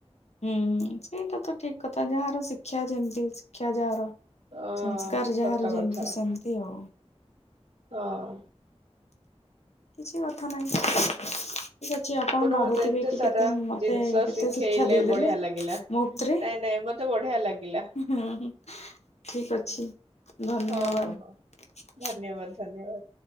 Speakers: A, on the left; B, on the right.
A: ହୁଁ ସେଇଟା ତ ଠିକ୍ କଥା ଯାହାର ଶିକ୍ଷା ଯେମତି ଶିକ୍ଷା ଯାହାର
B: ହଁ
A: ସଂସ୍କାର ଯାହାର
B: ସତ
A: ଯେମିତି
B: କଥା
A: ସେମିତି ଆଉ।
B: ହଁ।
A: କିଛି କଥା ନାହିଁ। ଠିକ୍ ଅଛି ଆପଣ ଭାବୁଥିବେ
B: ମତେ ଏତେ
A: କି
B: ସାରା
A: କେତେ ମତେ
B: ଜିନିଷ
A: କେତେ
B: ଶିଖେଇଲେ
A: ଶିକ୍ଷା ଦେଇଦେଲେ।
B: ବଢିଆ ଲାଗିଲା।
A: ମତରେ
B: ନାଇଁ ନାଇଁ ମତେ ବଢିଆ ଲାଗିଲା
A: <unintelligible> ଠିକ୍ ଅଛି ଧନ୍ୟବାଦ।
B: ହଁ ହଁ ହଁ ଧନ୍ୟବାଦ ଧନ୍ୟବାଦ।